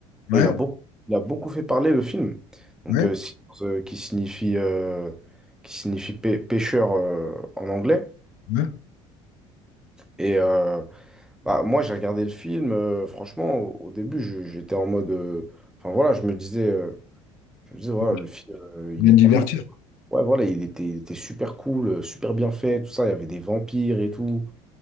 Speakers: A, on the left (about 70°); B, in the centre.
A: ouais,
B: Et Il a beaucoup, il a beaucoup fait parler le film. Donc,
A: ouais,
B: euh, Sinners, euh, qui signifie, euh, qui signifie pê- pêcheur euh, en anglais.
A: ouais.
B: Et euh, bah, moi, j'ai regardé le film. euh, franchement, au, au début, je- j'étais en mode. euh, Enfin, voilà, je me disais, euh, je me disais, voilà,
A: Tu
B: le film, euh, il
A: viens
B: est
A: de divertir.
B: cool. Ouais, voilà, il était, il était super cool, euh, super bien fait, tout ça. Il y avait des vampires et tout.